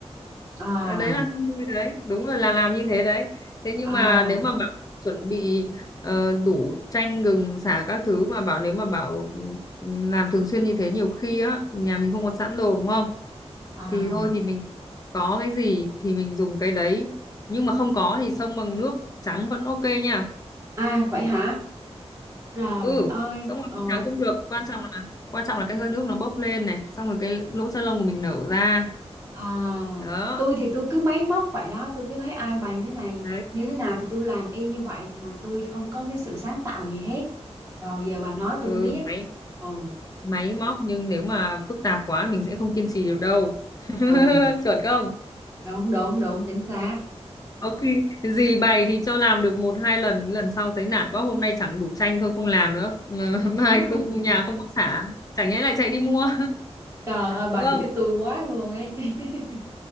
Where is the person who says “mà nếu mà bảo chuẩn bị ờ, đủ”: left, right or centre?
Left